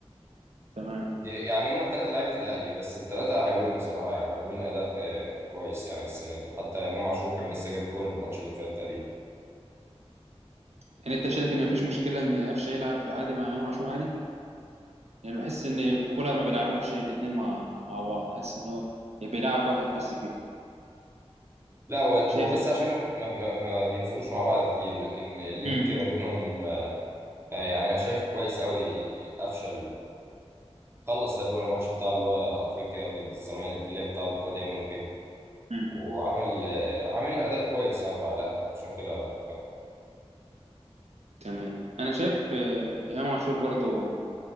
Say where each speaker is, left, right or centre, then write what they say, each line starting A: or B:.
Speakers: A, on the right (about 80°); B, on the right (about 25°).
A: تمام
B: دي يعني هما التلاتة لعيبة الأهلي بس التلاتة حلوين بصراحة يعني عاملين أداء آه، كويس يعني السنة دي حتى إمام عاشور كان لسه جايب جول الماتش اللي فات تقريبا
A: يعني انت شايف ان مفيش مشكلة ان قفشة يلعب عادي مع امام عاشور عادي يعني بحس ان الكورة ما بيلعبهمش الاتنين مع مع بعض حاسس ان هو بيلعب واحد بس فيه
B: لا هو هو
A: شايف
B: بس
A: ان
B: عشان ما, ما, ما ما بينزلوش مع بعض كتير لكن اللينك
A: امم
B: ما بينهم آه، يعني انا شايفه كويس قوي قفشه خلص تقريبا الماتش بتاع اللي هو افريقيا ضد الزمالك اللي هي بتاع القضية ممكن
A: امم
B: وعمل آه، عامل اداء كويس يعني مع الاهلي عشان كده
A: تمام انا شايف آه، امام عاشور برضو